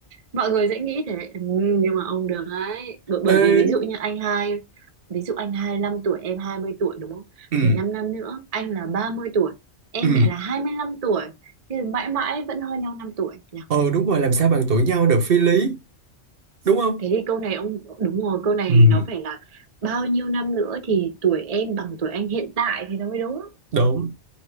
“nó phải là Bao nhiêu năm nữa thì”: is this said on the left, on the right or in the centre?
Right